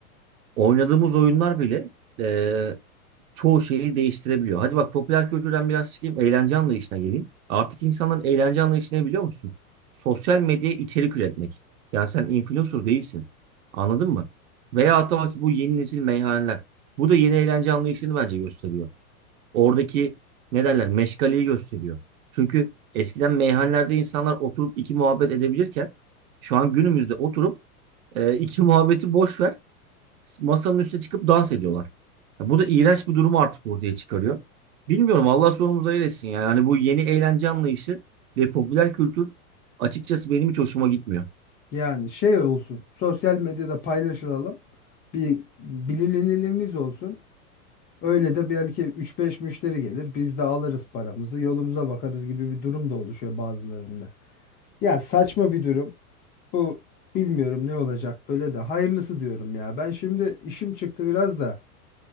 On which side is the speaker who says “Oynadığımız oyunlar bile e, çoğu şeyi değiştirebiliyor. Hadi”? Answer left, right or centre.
Right